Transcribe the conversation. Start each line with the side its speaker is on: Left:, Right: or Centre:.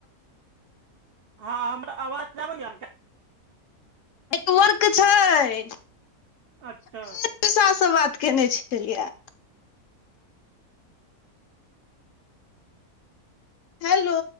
Right: हँ हमर आवाज अबैया आहाँ के
Left: नेटवर्क छै अखने
Right: अच्छा
Left: पिसा स बात केने छलिय हेलो